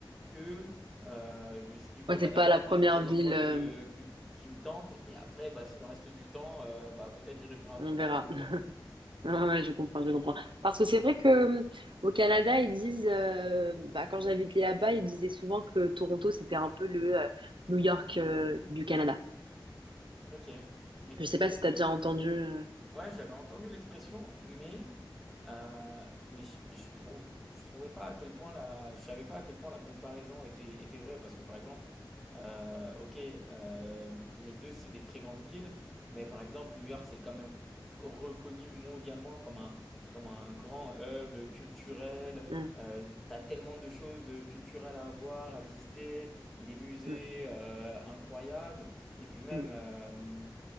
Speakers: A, in the centre; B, on the right.
A: que euh, je me suis dit, bon,
B: Ouais,
A: bah,
B: c'est
A: d'abord,
B: pas la première
A: je visite les
B: ville,
A: endroits
B: euh,
A: que, que- qui me tentent et après, bah, s'il me reste du temps, euh, bah, peut-être j'irai faire un
B: on
A: tour à
B: verra.
A: Toronto,
B: <laughs>
A: quoi.
B: Ouais, ouais, je comprends, je comprends. Parce que c'est vrai que euh, au Canada, ils disent, euh, bah, quand j'habitais là-bas, ils disaient souvent que Toronto, c'était un peu le euh, New York euh, du Canada.
A: Ok. Mais
B: Je sais
A: tu-
B: pas
A: est-ce
B: si t'as
A: que
B: déjà entendu. euh,
A: Ouais, j'avais entendu l'expression, mais, euh, mais je, je trou- je trouvais pas à quel point la, je savais pas à quel point la comparaison était, était vraie. Parce que par exemple, euh, ok, euh, les deux c'est des très grandes villes, mais par exemple, New York c'est quand même reconnu mondialement comme un, comme un grand hub culturel.
B: mm,
A: Euh, t'as tellement de choses culturelles à voir, à visiter, des musées
B: mm,
A: euh, incroyables, et puis même.
B: mm.
A: euh,